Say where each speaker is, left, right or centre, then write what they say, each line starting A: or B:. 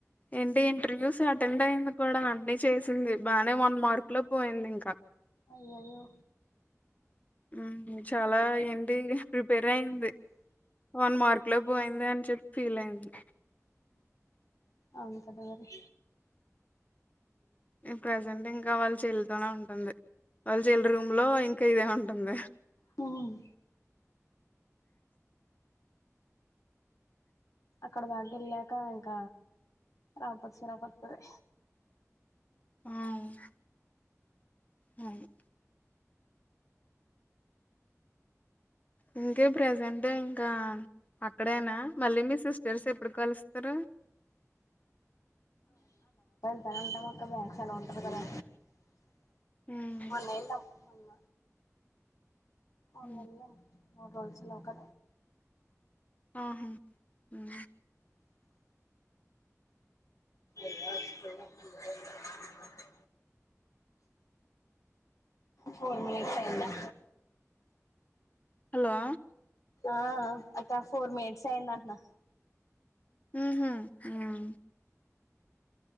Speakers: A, on the left; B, on the left.
A: ఏంటి ఇంటర్వ్యూస్ అటెండ్ అయింది కూడా అన్నీ చేసింది బానే వన్ మార్కు లో పోయింది ఇంక
B: అయ్యయ్యో
A: ఉమ్మ్ చాలా ఏంటి ప్రిపేర్ అయింది వన్ మార్క్ లో పోయింది అని చెప్పి ఫీల్ అయింది
B: అవును కదా మరి
A: ప్రజెంట్ ఇంకా వాళ్ళు చెల్లి తోనే ఉంటుంది వాళ్ళు చెల్లి రూమ్ లో ఇంకా ఇదే ఉంటుంది
B: మరి అక్కడ దాకెళ్ళాక ఇంక రాపత్సు రాపత్తుదే
A: ఆవ్ అవును ఇంకేం ప్రెసెంటు ఇంకా అక్కడేనా మళ్ళీ మీ సిస్టర్స్ ఎప్ ప్పుడు కలుస్తరు
B: ఎలా ఉంటాం అక్క బ్యాక్స్ ఎలా ఉంటుది కదా
A: హ్మ్.
B: మొన్నఏలం మొన్న అవును
A: హ్మ్.
B: నిన్నే మొబైల్స్ లోకా
A: ఆహా ఉమ్
B: అయా <unintelligible> ఫోన్ మిస్ అయిదా
A: హలో
B: ఆ అక్క ఫోర్ మినిట్స్ అయిందంటన్నా
A: హ్మ్మ్ హామ్